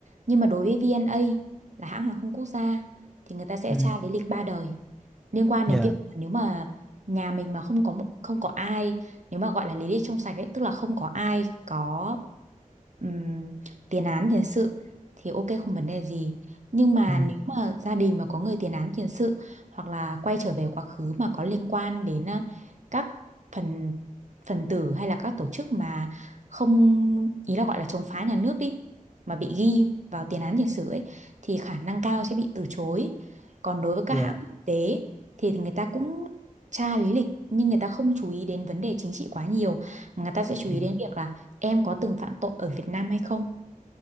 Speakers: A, on the right; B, in the centre.
A: Nhưng mà đối với VNA là hãng hàng không quốc gia thì người ta sẽ
B: Ừ.
A: tra lý lịch ba đời liên quan
B: Dạ.
A: đến việc nếu mà nhà mình mà không có một- không có ai nếu mà gọi là lý lịch trong sạch ấy tức là không có ai có ừm, tiền án tiền sự thì ok không vấn đề gì nhưng mà
B: Ừ.
A: nếu mà gia đình mà có người tiền án tiền sự hoặc là quay trở về quá khứ mà có liên quan đến ờ, các phần phần tử hay là các tổ chức mà không ý là gọi là chống phá nhà nước đi mà bị ghi vào tiền án tiền sử ấy thì khả năng cao sẽ bị từ chối. Còn đối với các
B: Dạ.
A: hãng quốc tế thì người ta cũng tra lý lịch nhưng người ta không chú ý đến vấn đề chính trị quá nhiều, mà người ta sẽ chú ý
B: Ừ.
A: đến việc là em có từng phạm tội ở Việt Nam hay không.